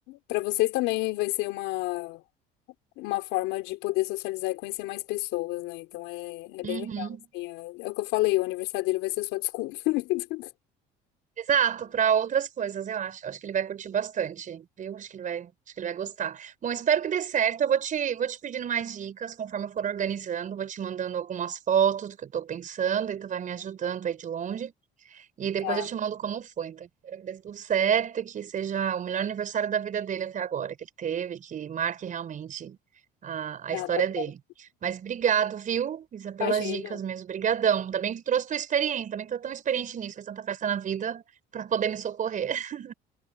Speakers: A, on the left (about 80°); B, on the right (about 40°).
A: para vocês também vai ser uma. uma forma de poder socializar e conhecer mais pessoas, né? Então é, é bem
B: Uhum.
A: legal, assim. É, é o que eu falei, o aniversário dele vai ser só desculpa. <laughs>
B: Exato, para outras coisas, eu acho. Eu acho que ele vai curtir bastante, viu? Acho que ele vai, acho que ele vai gostar. Bom, espero que dê certo. Eu vou te, vou te pedindo mais dicas conforme eu for organizando, vou te mandando algumas fotos do que eu estou pensando e tu vai me ajudando aí de longe. E depois
A: Tá,
B: eu te mando como foi. Então, espero que dê tudo certo, e que seja o melhor aniversário da vida dele até agora, que ele teve, que marque realmente a, a
A: tá,
B: história
A: tá bom.
B: dele. Mas obrigado, viu, Isa, pelas
A: Imagina.
B: dicas mesmo. Brigadão. Ainda bem que tu trouxe tua experiência, também tu é tão experiente nisso, fez tanta festa na vida para poder me socorrer. <laughs>